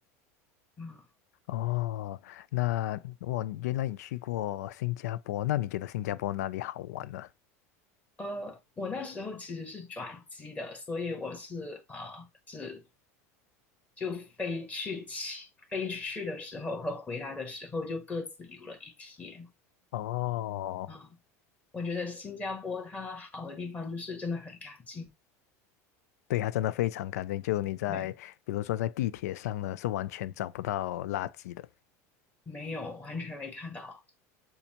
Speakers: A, on the left; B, on the left.
A: 啊。
B: 哦，那我原来你去过新加坡，那你觉得新加坡哪里好玩呢？
A: 呃，我那时候其实是转机的，所以我是呃，只就飞去起飞去的时候和回来的时候就各自留了一天
B: 哦，
A: 啊、我觉得新加坡它好的地方就是真的很干净，
B: 对，它真的非常干净，就你在，
A: 没
B: 比如说在地铁上呢，是完全找不到垃圾的。
A: 没有完全没看到。